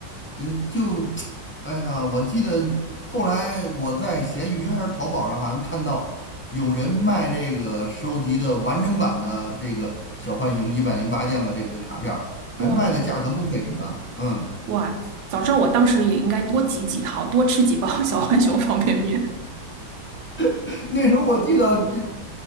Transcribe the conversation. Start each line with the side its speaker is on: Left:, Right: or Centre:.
Left: 呃，就，<tsk> 哎呀，我记得后来我在闲鱼还是淘宝上，好像看到有人卖这个收集的完整版的这个小浣熊一百零八将的这个卡片儿还卖的价格不菲呢。
Right: 哇
Left: 嗯，
Right: 哇，早知道我当时也应该多集几套，多吃几包 <laughs> 小浣熊方便面，
Left: <laughs> 那时候我记得就